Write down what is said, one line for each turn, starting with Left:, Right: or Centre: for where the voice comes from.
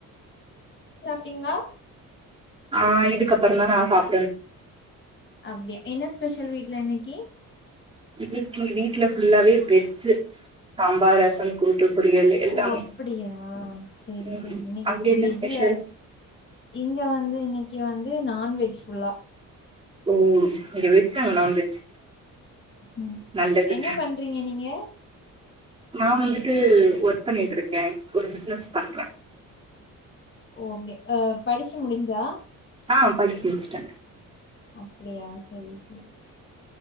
Left: டீங்ளா
Right: ஆ இதுக்கப்புறந் தா நா சாப்
Left: அப்டியா என்னஸ் ஸ்பெஷல் வீட்ல இன்னக்கி
Right: <unintelligible> வெஜ்ஜு சாம்பார் ரசம் கூட்டு பொரியல் எல்லாமே
Left: ஓ அப்படியா சரி
Right: ம்
Left: சரி இன்னைக்கு
Right: அங்க என்ன
Left: வெஜ்ல
Right: ஸ்பெஷல்
Left: இங்க வந்து இன்னைக்கு வந்து து நான்வெஜ் ஃபுல்லா
Right: ஓ இங்க வெஜ் அங்க நான்வெஜ்
Left: உ
Right: நல்லது
Left: என்ன பண்றீங்க நீங்க
Right: நா வந்துட்டு ஒர்க் பண்ணிட்டு இருக்கே ஒரு பிச்னஸ் பண்றே
Left: ஓ கே படிச்சு முடிஞ்சா
Right: ஆ படிச்சு முடிச்சிட்டே
Left: ஆப் அப்டியா சரி சரி